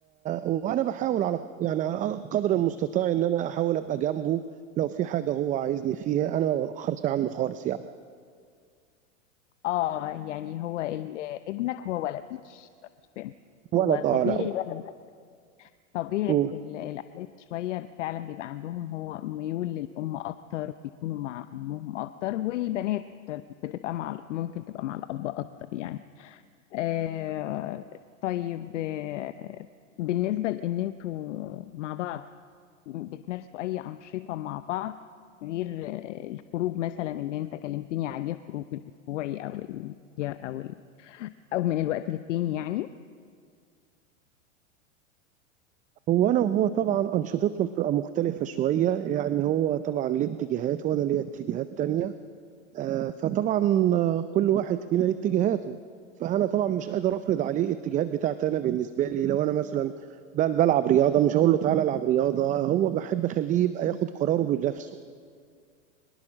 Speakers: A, on the right; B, on the left.
A: وأنا باحاول على يعني على قدر المستطاع إن أنا أحاول أبقى جنبه لو في حاجة هو عايزني فيها، أنا ما باتأخّرش عنّه خالص يعني.
B: آه يعني هو ال- آه، ابنك هو ولد مش مش بنت
A: ولد
B: هو
A: آه،
B: طبيعي
A: لأ
B: <laughs> طبيعة
A: إمم.
B: ال- الأولاد شوية فعلا بيبقى عندهم هو ميول للأم أكتر بيكونوا مع أمهم أكتر والبنات بتبقى مع ممكن تبقى مع الأب أكتر يعني آه طيب آه بالنسبة لأن أنتوا مع بعض بتمارسوا أي أنشطة مع بعض غير آه، الخروج مثلا اللي أنت كلمتني عليه خروج الأسبوعي أو ال... أو ال... أو من الوقت للتاني يعني
A: هو أنا وهو طبعًا أنشطتنا بتبقى مختلفة شوية، يعني هو طبعًا ليه اتجاهات وأنا ليّا اتجاهات تانية. آه، فطبعا آه، كل واحد فينا ليه اتجاهاته فانا طبعا مش قادر افرض عليه الاتجاهات بتاعتي انا بالنسبه لي لو انا مثلا بل بلعب رياضه مش هقول له تعالى العب رياضه هو بحب اخليه يبقى ياخد قراره بنفسه